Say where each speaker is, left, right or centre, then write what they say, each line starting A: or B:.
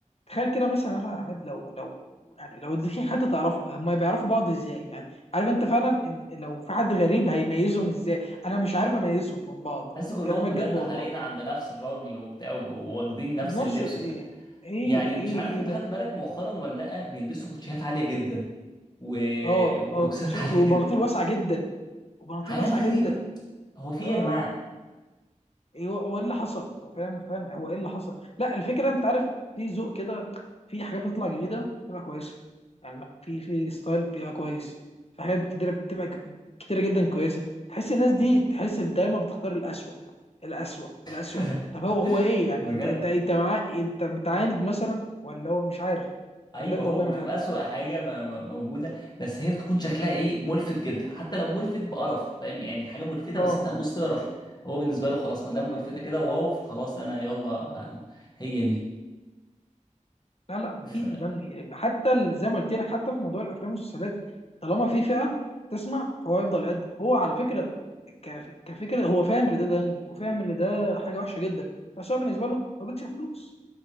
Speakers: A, on the left; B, on the left.
A: تخيل كده مثلا انا عماد لو لو يعني لو في حد تعرفه هما بيعرفوا بعض ازاي يعني عارف انت فعلا إن لو في حد غريب هيميزهم ازاي انا مش عارف اميزهم من بعض
B: حاسس كلهم
A: كلامك
B: بجد
A: جد والله
B: حلقين عند نفس الراجل وبتاع وب- واخدين نفس
A: بنفس
B: اللبس
A: ايه
B: وبتاع
A: ايه
B: يعني
A: ايه
B: مش عارف
A: ايه
B: انت
A: ده
B: خدت بالك مؤخرا ولا لا بيلبسوا كوتشيات عاليه جدا و...
A: اه
B: وكروكسات
A: اه كوتشات
B: <laughs> عاليه
A: وبناطيل
B: جدا
A: واسعه جدا وبناطيل
B: حاجات
A: واسعه
B: غريبه
A: جدا
B: هو في
A: اه
B: ايه يا جماعه
A: ايه هو هو ايه اللي حصل هو فاهم فاهم هو ايه اللي حصل لا الفكره انت عارف في ذوق كده في حاجات بتطلع جديده بتبقى كويسه يعني لا في في ستايل بيبقى كويس في حاجات كتيره بتبقى ك- كتيره جدا كويسه تحس الناس دي تحس إن دايما بتختار الاسوأ الاسوأ الاسوأ
B: <laughs>
A: طب هو هو ايه يعني
B: بجد
A: انت انت انت معاه انت متعاند مثلا ولا هو مش عارف
B: ايوه
A: انا بجد
B: هو
A: والله
B: بيشوف
A: ما عارف
B: اسوأ حاجه ما- ما- موجوده بس هي بتكون شكلها ايه ملفت جدا حتى لو ملفت بقرف فاهم يعني حاجه ملفته
A: اه
B: بس انت هتبص تقرف هو بالنسبه له خلاص ما دام ملفته كده واو خلاص انا يلا هي دي
A: لا لا
B: ف
A: في تدني حتى ال- زي ما قلت لك حتى في موضوع الافلام والمسلسلات طالما في فئه تسمع فهو يفضل يقدم هو على فكره كف- كفكره هو فاهم ان ده تدني وفاهم ان ده حاجه وحشه جدا بس هو بالنسبه له هو بيكسب فلوس